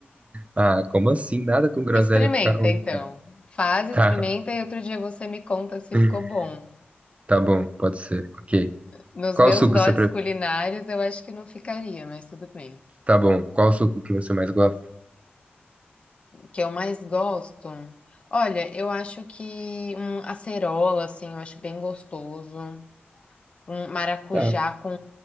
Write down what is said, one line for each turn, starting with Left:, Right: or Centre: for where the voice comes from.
Right: ah, como assim? Nada com groselha
Left: Experimenta
Right: fica ruim,
Left: então.
Right: cara.
Left: Faz, experimenta
Right: Tá,
Left: e outro dia você me conta se
Right: <laughs>
Left: ficou bom.
Right: tá bom, pode ser. Ok.
Left: Nos
Right: Qual
Left: meus
Right: suco
Left: dotes
Right: você pre...
Left: culinários, eu acho que não ficaria, mas tudo bem.
Right: Tá bom, qual suco que você mais gosta?
Left: O que eu mais gosto? Olha, eu acho que um acerola, assim, eu acho bem gostoso. Um maracujá
Right: Tá.
Left: com